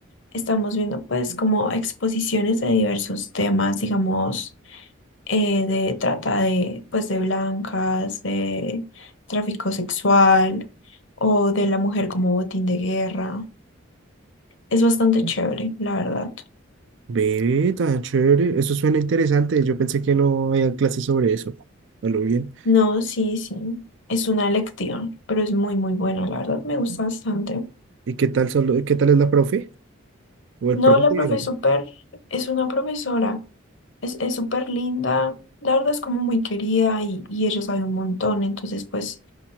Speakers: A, on the left; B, on the right.
A: Estamos viendo pues como exposiciones de diversos temas, digamos, eh, de trata de pues de blancas, de tráfico sexual o de la mujer como botín de guerra. Es bastante chévere, la verdad.
B: Ve, tan chévere. Eso suena interesante. Yo pensé que no había clases sobre eso. A lo bien.
A: No, sí, sí. Es una electiva, pero es muy, muy buena, la verdad. Me gusta bastante.
B: ¿Y qué tal solo, qué tal es la profe? ¿O el
A: No,
B: profe?
A: la profe
B: o-
A: es súper, es una profesora. Es, es súper linda. La verdad es como muy querida y, y ella sabe un montón. Entonces, pues...